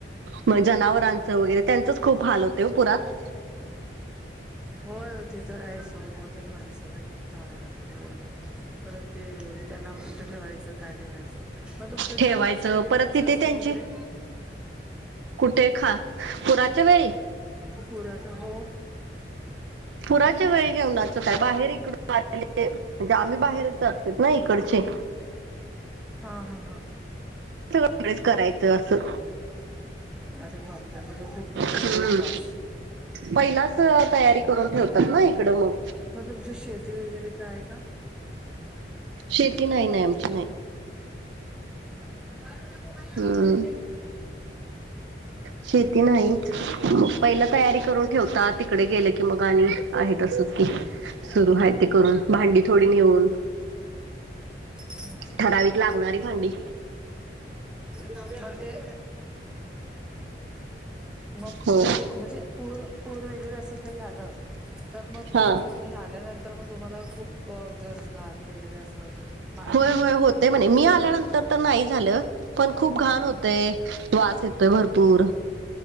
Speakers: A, on the right; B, in the centre.
A: मग जनावरांच वगैरे त्यांचच खूप हाल होतय ओ पुरात.
B: होय ते तर आहेच <unintelligible> ते माणसाला घेऊन जावं लागतं. परत ते त्यांना कुठे ठेवायचं. काय ठेवायचं मग तुमचं
A: ठेवायचं
B: जेवणाचं वगैरे
A: परत
B: कसं
A: तिथे
B: असतं
A: त्यांची
B: तिकडे.
A: कुठे खा, पुराच्या वेळी.
B: पुर <unintelligible> हो.
A: पुराच्या वेळी जेवनाच काय बाहेरी <unintelligible> आम्ही बाहेरच जात्यात ना इकडचे.
B: हा हा हा.
A: <unintelligible> करायचं असं.
B: अरे बापरे, म्हणजे खूप मोकेपत
A: हम्म
B: त्रास.
A: पहिलाच तयारी करून ठेवतात ना इकडं मग.
B: मग तुमची शेती वगैरे काय का?
A: शेती नाही नाही आमची नाही.
B: हा हा
A: हम्म
B: हा.
A: शेती नाहीत,
B: तेच
A: मग पहिला तयारी करून ठेवता तिकडे गेलं की, मग आणि आहे तसच की, सुरू आहे. ते
B: हा
A: करून
B: हा
A: भांडी थोडी नेऊन.
B: <unintelligible>
A: ठराविक लागणारी भांडी.
B: म ते, मग
A: होय
B: ओ म्हणजे? पूर पूर वगैरे असं काही आलं, तर मग
A: हा
B: ते तुम्ही आल्यानं तर मग तुम्हाला खूप घर घाण वगैरे असं माती
A: होय होय
B: चिखल
A: होतय
B: वगैरे
A: म्हणे मी
B: असं सगळ्या
A: आल्यानंतर
B: गोष्टी होत
A: तर नाही
B: असतील
A: झालं. पण खूप घाण होतय वास येतोय भरपूर.